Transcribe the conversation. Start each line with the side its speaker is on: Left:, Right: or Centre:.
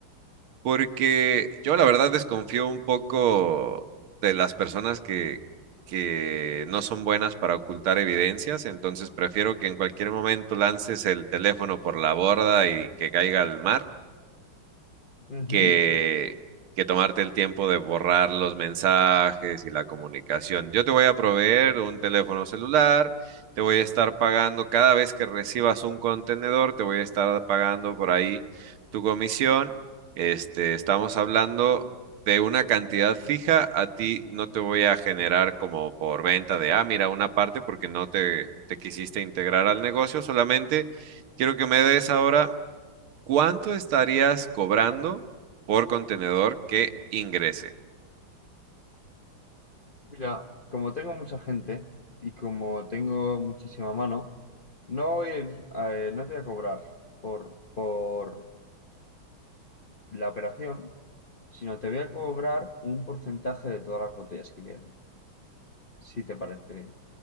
Right: porque yo la verdad desconfío un poco de las personas que, que no son buenas para ocultar evidencias. Entonces prefiero que en cualquier momento lances el teléfono por la borda y que caiga al mar
Left: Ujú.
Right: que, que tomarte el tiempo de borrar los mensajes y la comunicación. Yo te voy a proveer un teléfono celular, te voy a estar pagando cada vez que recibas un contenedor, te voy a estar pagando por ahí tu comisión. Este, estamos hablando de una cantidad fija, a ti no te voy a generar como por venta de, ah, mira, una parte porque no te, te quisiste integrar al negocio, solamente quiero que me des ahora ¿Cuánto estarías cobrando por contenedor que ingrese?
Left: Mira, como tengo mucha gente y como tengo muchísima mano, No, voy a ir, eh, no te voy a cobrar por, por la operación, sino te voy a cobrar un porcentaje de todas las botellas que queden, si te parece